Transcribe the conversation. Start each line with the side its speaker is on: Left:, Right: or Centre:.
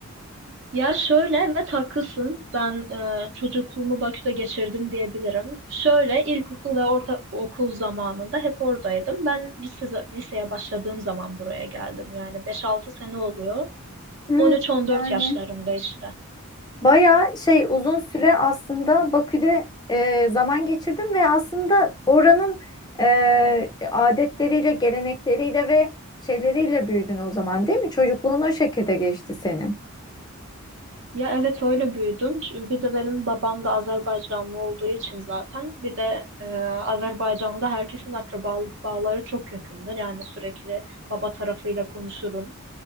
Right: Ya şöyle evet haklısın. Ben e, çocukluğumu Bakü'de geçirdim diyebilirim. Şöyle ilkokul ve orta okul zamanında hep oradaydım. Ben lise, liseye başladığım zaman buraya geldim. Yani beş-altı sene oluyor.
Left: Hmm,
Right: On üç-on dört
Left: yani
Right: yaşlarında işte.
Left: Bayağı şey uzun süre aslında Bakü'de e, zaman geçirdim ve aslında oranın e, adetleriyle, gelenekleriyle ve şeyleriyle büyüdün o zaman değil mi? Çocukluğun o şekilde geçti senin.
Right: Ya evet öyle büyüdüm. Çünkü Bir de benim babam da Azerbaycanlı olduğu için zaten. Bir de e, Azerbaycan'da herkesin akrabalık bağları çok yakındır. Yani sürekli baba tarafıyla konuşurum.